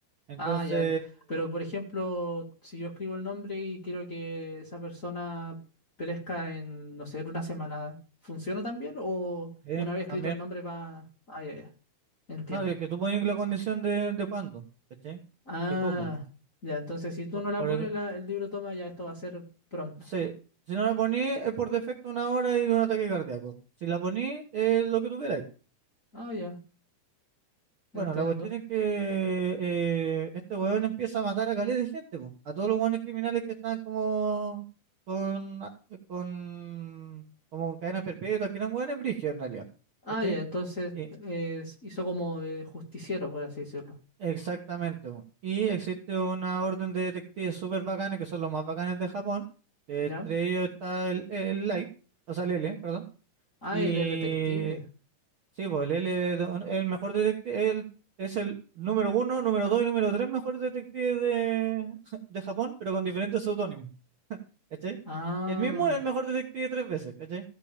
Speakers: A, on the right (about 55°); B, on the left (about 30°).
A: Entonces,
B: ah, ya. Pero por ejemplo, si yo escribo el nombre y quiero que esa persona perezca en, no sé, en una semana, ¿funciona también? ¿O
A: eh,
B: una vez escrito
A: también.
B: el nombre va... Ah, ya, ya, entiendo.
A: No, de que tú pones la condición de, de cuándo, ¿cachai?
B: Ah,
A: ¿Y cómo?
B: ya, entonces si tú
A: Por,
B: no la
A: por
B: pones,
A: ej-
B: la- el libro toma, ya esto va a ser pronto.
A: sí, si no la ponís, es por defecto una hora y de un ataque cardíaco. Si la ponís, es lo que tú quieras,
B: Ah, ya,
A: Bueno,
B: entiendo.
A: la cuestión es que eh, este weón empieza a matar a caleta de gente, po, a todos los weones criminales que están como con, con, como con cadena perpetua, que eran weones brígidos en realidad,
B: Ah,
A: ¿cachai?
B: ya, entonces
A: Y-
B: es- hizo como de justiciero, por así decirlo.
A: exactamente, po. Y existe una orden de detectives súper bacanes, que son los más bacanes de Japón, que
B: ¿Ya?
A: entre ellos está el, el Light, o sea, el L, perdón,
B: Ah,
A: y
B: él es detective.
A: Sí, pues él es don- el mejor detective, él es el número uno, número dos y número tres mejor detective de, <laughs> de Japón, pero con diferentes seudónimos, ¿cachai?
B: Ah,
A: El mismo es el mejor detective tres veces, ¿cachai?